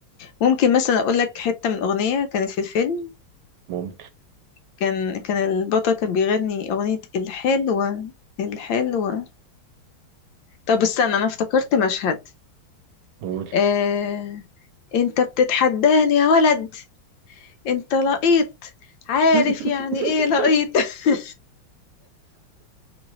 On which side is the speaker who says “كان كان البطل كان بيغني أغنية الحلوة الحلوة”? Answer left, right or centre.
Left